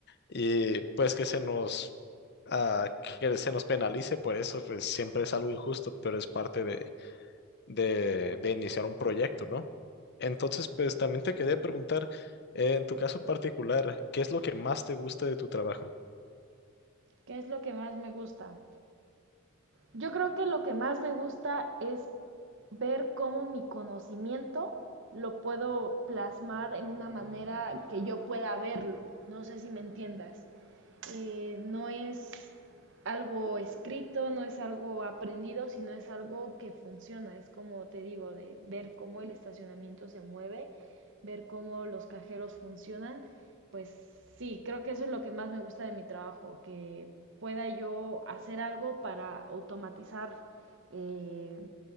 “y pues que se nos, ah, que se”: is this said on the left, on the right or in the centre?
Left